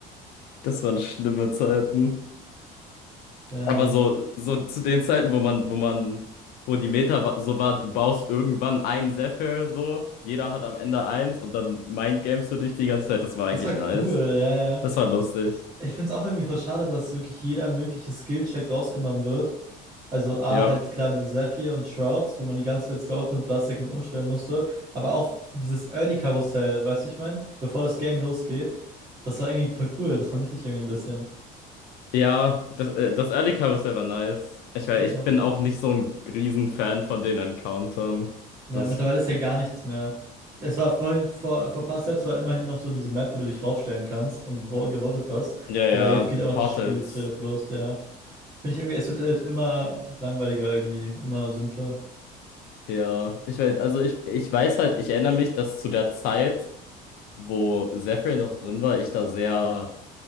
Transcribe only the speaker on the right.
Damn.
Das
war
cool, ja, ja.
Ich finde es auch irgendwie voll schade, dass wirklich jeder mögliche Skill-Check rausgenommen wird. Also A,
halt klar diese Zephyr und Shrouds, wo man die ganze Zeit scouten und Last Second umstellen musste. Aber auch dieses Early-Karussell, weißt du, ich meine, bevor das Game losgeht. Das war irgendwie voll cool, das vermisse ich irgendwie ein bisschen.
Ja.
Ja,
mittlerweile ist ja gar nichts mehr. Es war vorhin, vor, vor ein paar Sets war immerhin noch so diese Map, wo du dich raufstellen kannst und wo- gewotet hast.
Aber
jetzt
geht einfach
das Spiel straight up los, ja. Finde ich irgendwie, es wird halt immer langweiliger irgendwie, immer simpler.